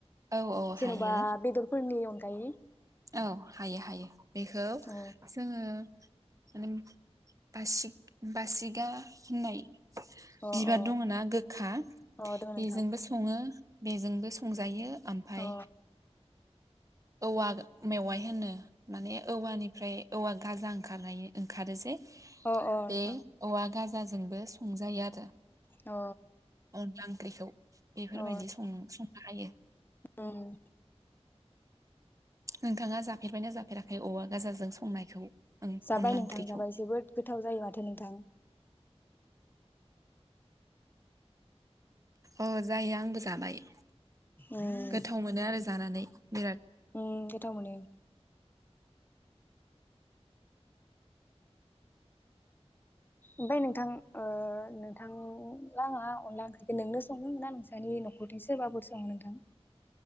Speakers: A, on the right (about 30°); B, on the left (about 20°).
A: औ औ हायो
B: जेनबा बेदरफोरनि अनगायै
A: औ हायो हायो बेखौ
B: अ
A: जोङो <inaudible> बासिग बासिगा होननाय
B: अ
A: बिबार
B: अ
A: दङ ना गोखा
B: अ दङ नोंथां
A: बेजोंबो सङो बेजोंबो संजायो ओमफाय
B: अ
A: औवा मेवाइ होनो माने औवानिफ्राय औवा गाजा ओंखारनाय ओंखारो जे
B: अ अ नोंथां
A: बे औवा गाज जाजोंबो संजायो आरो।
B: अ
A: अनला ओंख्रिखौ। बेफोरबायदि
B: अ
A: सं संनो हायो।
B: उम
A: नोंथाङा जाफेरबायना जाफेराखै औवा गाजों संनायखौ? ओं
B: जाबाय
A: अनला
B: नोंथां
A: ओंख्रिखौ
B: जाबाय जोबोद गोथाव जायो माथो नोंथां।
A: औ जायो आंबो जाबाय।
B: उम
A: गोथाव मोनो आरो जानानै बिराद
B: उम गोथाव मोनो। ओमफाय नोंथां ओ नोंथांलांङा अनला ओंख्रिखौ नोंनो सङो ना नोंसानि नखरनि सोरबाफोर सङो नोंथां?